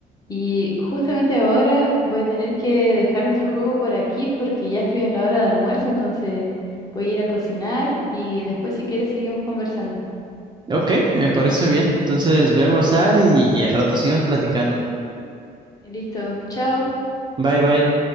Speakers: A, on the left; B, on the right.
A: Y justamente ahora voy a tener que dejar nuestro juego por aquí porque ya estoy en la hora de almuerzo, entonces voy a ir a cocinar y después si quieres seguimos conversando.
B: Ok, me parece bien. Entonces, voy a almorzar y, y al rato seguimos platicando.
A: Listo, chao.
B: Bye, bye.